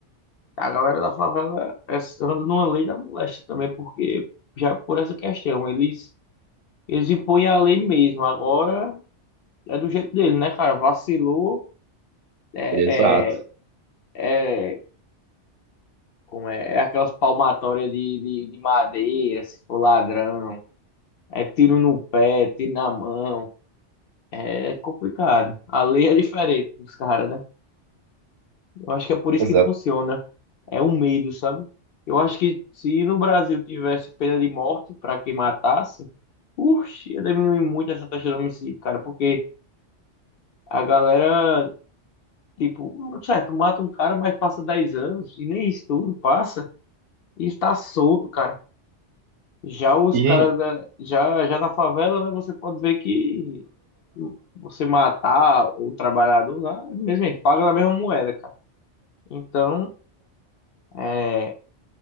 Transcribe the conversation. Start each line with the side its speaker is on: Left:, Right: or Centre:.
Left: A galera da favela é, anda numa lei da moléstia também, porque já é por essa questão, eles, eles impõem a lei mesmo, agora é do jeito dele, né, cara? Vacilou, é,
Right: Exato,
Left: é, é, como é, é aquelas palmatórias de, de, de madeira, se for ladrão, é tiro no pé, tiro na mão. É complicado. A lei é diferente dos caras, né? Eu acho que é por isso
Right: exato.
Left: que funciona. É o medo, sabe? Eu acho que se no Brasil tivesse pena de morte para quem matasse, uxe, ia diminuir muito essa taxa de homicídio, cara, porque a galera, tipo, certo, mata um cara, mas passa 10 anos e nem isso tudo passa e está solto, cara. Já os
Right: E,
Left: caras da, já, já na favela, né, você pode ver que você matar o trabalhador lá, mesmo ele paga na mesma moeda, cara. Então, é,